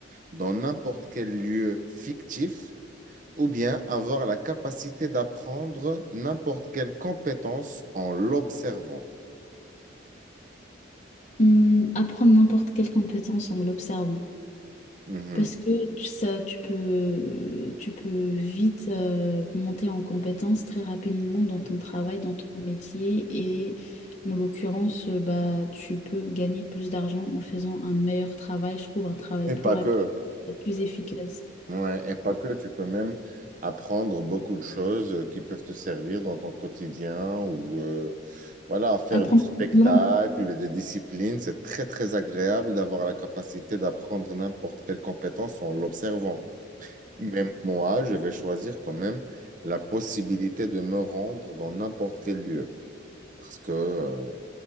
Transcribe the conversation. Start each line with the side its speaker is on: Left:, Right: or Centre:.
Right: dans n'importe quel lieu fictif ou bien avoir la capacité d'apprendre n'importe quelle compétence en l'observant?
Left: Hum, apprendre n'importe quelle compétence en l'observant.
Right: Mhm.
Left: Parce que tu- ça, tu peux, tu peux vite euh, monter en compétence très rapidement dans ton travail, dans ton métier. Et en l'occurrence, euh, bah, tu peux gagner plus d'argent en faisant un meilleur travail, je trouve, un travail
Right: Et
Left: plus
Right: pas
Left: rapide
Right: que.
Left: et plus efficace.
Right: Ouais, et pas
Left: Ouais.
Right: que, tu peux même apprendre beaucoup de choses euh, qui peuvent te servir dans ton quotidien ou euh, voilà, faire
Left: Apprendre
Right: du spectacle,
Left: beaucoup de langues.
Right: des disciplines. C'est très, très agréable d'avoir la capacité d'apprendre n'importe quelle compétence en l'observant. Mais moi, je vais choisir quand même la possibilité de me rendre dans n'importe quel lieu parce que euh,